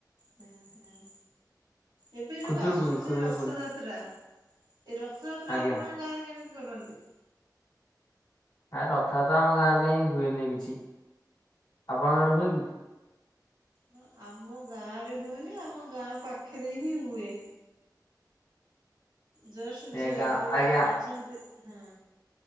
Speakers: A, on the right; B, on the left.
A: ହୁଁ ହୁଁ। ଏବେ ଯୋଉ
B: ଖୁଦୁରୁକୁୁଣି
A: ଆସୁଚି
B: ଖୁଦୁରୁକୁୁଣି
A: ରଥଯାତ୍ରା ଏ ରଥଯାତ୍ରା
B: ଆଜ୍ଞା।
A: ଆପଣଙ୍କ ଗାଁରେ କେମିତି କରନ୍ତି।
B: ଆ ରଥାଯାତ୍ରା ଆମ ଗାଁ ରେ କାଇଁ ହୁଏନି କିଛି ଆପଣଙ୍କ ଆଡେ ହୁଏ କି।
A: ହ ଆମ ଗାଁ ରେ ହୁଏନି ଆମ ଗାଁ ପାଖରେ ହିଁ ହୁଏ। ଜୋସ
B: ଏ
A: ଜୋ
B: ଗାଁ
A: ଗୋ
B: ଆଜ୍ଞା
A: ଅଛନ୍ତି ହଁ